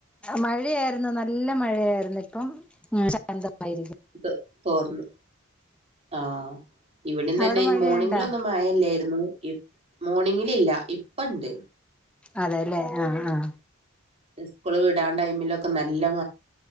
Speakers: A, in the centre; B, on the right.
A: മഴയായിരുന്നു നല്ല മഴയായിരുന്നു ഇപ്പം ശാന്തമായിരിക്കും
B: തോ- തോർന്നു ആ ഇവിടെന്ന്
A: അവിടെ
B: തന്നെ
A: മഴയുണ്ടാ
B: മോർണിങ്ങിലൊന്നും മഴയില്ലായിരുന്നു മോർണിങ്ങിൽ ഇല്ല ഇപ്പ ഇണ്ട്
A: അതെല്ലേ ആഹ് ആ
B: സ്കൂൾ വിടാം ടൈമിലൊക്കെ നല്ലം